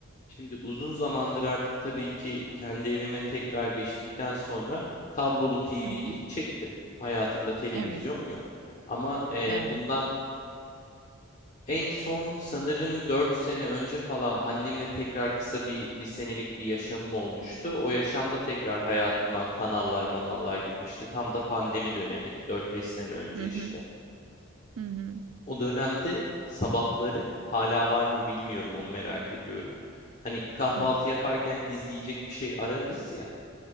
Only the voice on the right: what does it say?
Hı hı.
Evet.
Evet.
Hı
hı. Hı hı.
Hı.